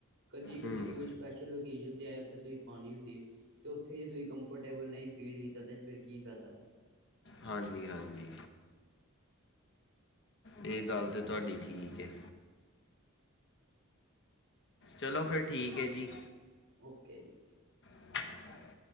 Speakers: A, on the right; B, on the left.
A: ਕਦੀ
B: ਹੂੰ
A: -ਕਦੀ ਕੋਈ ਸਪੈਸ਼ਲ ਓਕੇਜਨ ਤੇ ' ਆਏ ਉੱਥੇ ਤੁਸੀਂ ਪਾਣੀ ਹੁੰਦੀ ਹੈ ਅਤੇ ਉੱਥੇ ਜ ਤੁਂ ਕੰਫਰਟ ਟੇਬਲ ਨਹੀਂ ਫੀਲ ਕੀਤਾ ਤੇ ਫਿਰ ਕੀ ਫਾਇਦਾ?
B: ਹਾਂਜੀ- ਹਾਂਜੀ। ਇਹ ਗੱਲ ਤਾਂ ਤੁਹਾਡੀ ਠੀਕ ਹੈ। ਚਲੋ ਫੇਰ ਠੀਕ ਹੈ ਜੀ।
A: ਓਕੇ ਜੀ।
B: <inaudible>